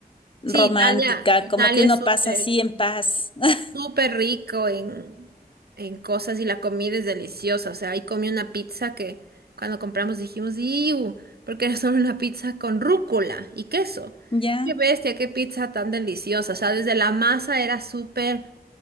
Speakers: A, on the left (about 35°); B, on the right (about 75°).
A: romántica,
B: Sí, Italia, Italia
A: como que uno
B: es súper.
A: pasa así en paz. <laughs>
B: súper rico en, en cosas y la comida es deliciosa. O sea, ahí comí una pizza que cuando compramos dijimos, ¡Iu! Porque era solo una pizza con rúcula y queso.
A: Ya,
B: ¡Qué bestia! ¡Qué pizza tan deliciosa! O sea, desde la masa era súper,